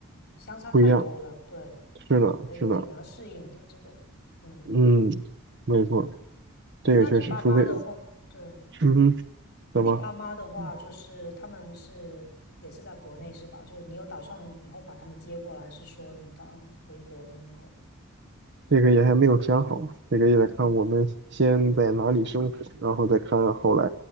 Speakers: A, on the left (about 45°); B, on the right (about 50°).
A: 相差太多了，
B: 不一样，
A: 对，
B: 是的，
A: 所以挺难适应的这个。
B: 是的，
A: 嗯，
B: 嗯，没错，
A: 诶，
B: 这个确实，
A: 那你爸妈的话，
B: 除非，
A: 对，嗯，
B: 嗯哼。
A: 那你爸妈的话，
B: 怎么？嗯，
A: 就是他们是也是在国内是吧？就你有打算以后把他们接过来，是说你当回国呢以后？
B: 这个也还没有想好，这个也得看我们先在哪里生活，
A: 嗯
B: 然后再看后来